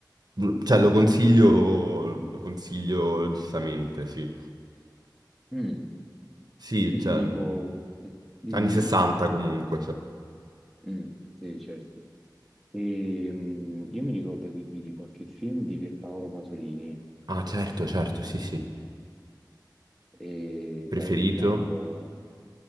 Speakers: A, on the right (about 60°); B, in the centre.
A: L- cioè, lo consiglio, lo consiglio giustamente, sì.
B: mm.
A: Sì,
B: Io
A: cioè,
B: ti dico,
A: mm,
B: sì, dimmi,
A: anni 60 comunque, cioè.
B: dimmi. Mm, sì, certo. E, mm, io mi ricordo che vidi qualche film di Pierpaolo Pasolini
A: Ah, certo, certo, sì, sì.
B: e
A: Preferito?
B: sai, quelli là un po'...